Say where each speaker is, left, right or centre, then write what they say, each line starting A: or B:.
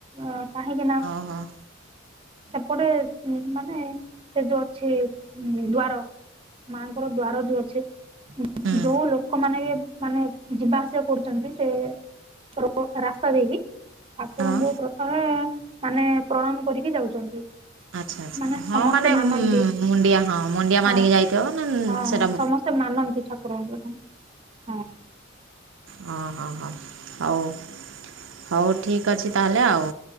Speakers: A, on the right (about 30°); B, on the right (about 70°).
A: ଅ କାହିଁକି ନା
B: ହଉ ହଉ
A: ସେପଟେ ମାନେ ସେ ଯୋଉ ଅଛି ଦ୍ୱାର। ମାଆଙ୍କର ଦ୍ୱାର ଯୋଉ ଅଛି
B: ହୁଁ
A: ଯୋଉ ଲୋକମାନେ ବି ମାନେ ଯିବା ଆସିବା କରୁଛନ୍ତି ସେ ରୋ ଡ଼ ରାସ୍ତା ଦେଇକି ଠାକୁରଙ୍କୁ
B: ହଁ
A: ପ୍ରଥମେ ମାନେ ପ୍ରଣାମ କରିକି ଯାଉଛନ୍ତି
B: ଆଚ୍ଛା ଆଚଛା
A: ମାନେ
B: ହଁ
A: ସମସ୍ତେ
B: ମାନେ
A: ମାନନ୍ତି
B: ମୁଣ୍ଡିଆ ହଁ ମୁଣ୍ଡିଆ ମାରିକି
A: ହଁ
B: ଯାଇଥିବ ମାନେ
A: ହଁ
B: ସେଟା
A: ହଁ ସମସ୍ତେ ମାନନ୍ତି ଠାକୁରଙ୍କୁ ହଁ
B: ହଁ ହଁ ହଁ ହଉ ହଉ ଠିକ୍ ଅଛି ତାହେଲେ ଆଉ